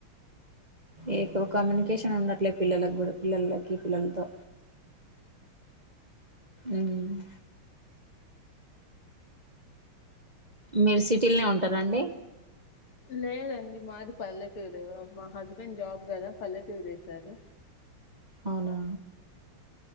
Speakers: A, on the right; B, on the left.
A: ఎకువ కమ్యూనికేషన్ ఉండట్లేదు పిల్లలకి కూడా పిల్లలకి పిల్లలతో ఉమ్ మీరు సిటీలనే ఉంటారంండి
B: లేదండి మాది పల్లెటూరు మా హస్బెండ్ జాబ్ కదా పల్లెటురేశారు
A: అవునా